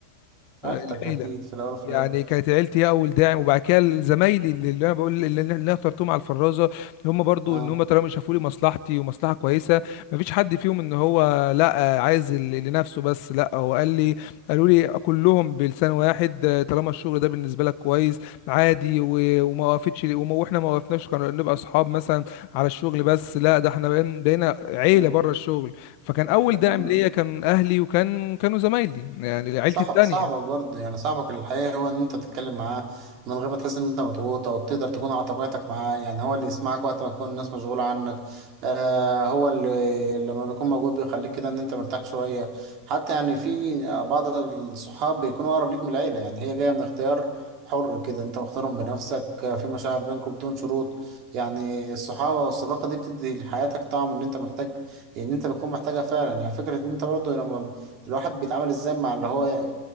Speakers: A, on the right; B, on the left.
A: عيلتك
B: العيله
A: اكيد في الاول وفي
B: يعني
A: الاخر
B: كانت عيلتي هي اول داعم وبعد كده زمايلي اللي اللي انا بقول اللي اللي انا اخترتهم على الفرازه هم برضو
A: اه
B: ان هم طالما شافوا لي مصلحتي ومصلحه كويسه ما فيش حد فيهم ان هو لا عايز ال- لنفسه بس لا هو قال لي قالوا لي كلهم بلسان واحد آه، طالما الشغل ده بالنسبه لك كويس عادي و- وما وقفتش وما واحنا ما وقفناش كنا نبقى اصحاب مثلا على الشغل بس لا ده احنا بقينا بقينا عيله
A: مم.
B: بره الشغل فكان اول
A: لكن
B: داعم ليا كان اهلي وكان كانوا زمايلي يعني عيلتي
A: صح
B: التانيه
A: صاحبك برضه يعني صاحبك الحقيقي هو ان انت تتكلم معاه من غير ما تحس ان انت مضغوط او تقدر تكون على طبيعتك معاه يعني هو اللي يسمعك وقت ما تكون الناس مشغولة عنك آه هو اللي لما بيكون موجود بيخليك كده ان انت مرتاح شوية حتى يعني في بعض الصحاب بيكونوا اقرب ليك من العيلة يعني هي جاية من اختيار حر كده انت مختارهم بنفسك آه، في مشاعر بينكم بدون شروط يعني الصحابة والصداقة دي بتدي لحياتك طعم ان انت محتاج ان انت بتكون محتاجها فعلا يعني فكرة ان انت برضه لما الواحد بيتعامل ازاي مع اللي هو